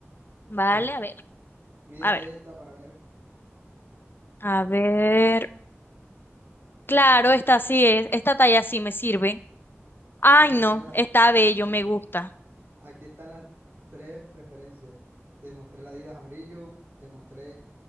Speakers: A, on the left; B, on the right.
A: Vale,
B: Cógela.
A: a ver,
B: Mídete
A: a ver,
B: esta para ver.
A: a ver. Claro, esta sí es, esta talla sí me sirve. Ay,
B: Bueno, ahí
A: no,
B: tiene las.
A: está bello,
B: ahí-
A: me gusta.
B: aquí están las tres referencias. Te mostré la Adidas amarillo, te mostré